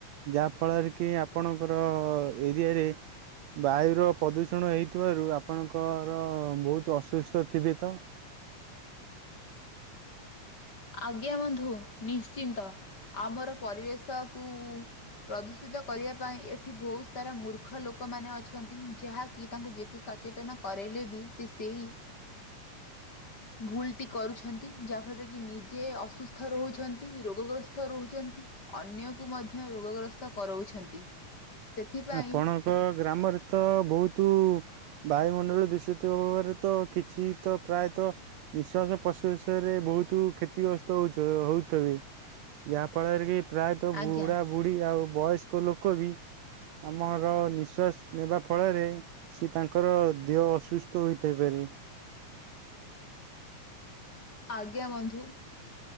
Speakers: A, on the right; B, on the left.
A: ଯାହାଫଳରେ କି ଆପଣଙ୍କର ଏରିଆରେ ବାୟୁର ପ୍ରଦୂଷଣ ହେଇଥିବାରୁ ଆପଣଙ୍କର ବହୁତ ଅସୁସ୍ଥ ଥିବେ ତ?
B: ଆଜ୍ଞା ବନ୍ଧୁ ନିଶ୍ଚିନ୍ତ। ଆମର ପରିବେଶ କୁ ପ୍ରଦୂଷିତ କରିବା ପାଇଁ ଏଠି ବହୁତ ସାରା ମୃ ର୍ଖ ଲୋକମାନେ ଅଛନ୍ତି ଯାହାକି ତାଙ୍କୁ ଯେତେ ସଚେତନ କରାଇଲେ ବି ସେ ସେଇ ଭୁଲଟି କରୁଛନ୍ତି ଯାହାଫଳରେ କି ନିଜେ ଅସୁସ୍ଥ ରହୁଛ ନ୍ତି ରୋଗଗ୍ରସ୍ତ ରହୁଛନ୍ତି ଅନ୍ୟକୁ ମଧ୍ୟ ରୋଗଗ୍ରସ୍ତ କରଉଛନ୍ତି। ସେଥିପାଇଁ
A: ଆପଣଙ୍କ ଗ୍ରାମରେ ତ ଭଉତୁ ବାୟୁମଣ୍ଡଳ ଦୁଶିତି ହେବାରେ ତ କିଛି ତ ପ୍ରାୟତଃ ନିଶ୍ୱାସ ପଶୁସରେ ବହୁତ କ୍ଷତିଗ୍ରସ୍ତ ହଉଛ ହଉଥେବେ? ଯାହା ଫଳରେ କି ପ୍ରାୟତଃ
B: ଆଜ୍ଞା
A: ବୁଢା ବୁଢୀ ଆଉ ବୟସ୍କ ଲୋକ ବି ଆମର ନିଶ୍ୱାସ ନେବା ଫଳରେ ସିଏ ତାଙ୍କର ଦେହ ଅସୁସ୍ଥ ହୋଇଥାଇ ପାରେ।
B: ଆଜ୍ଞା ବନ୍ଧୁ।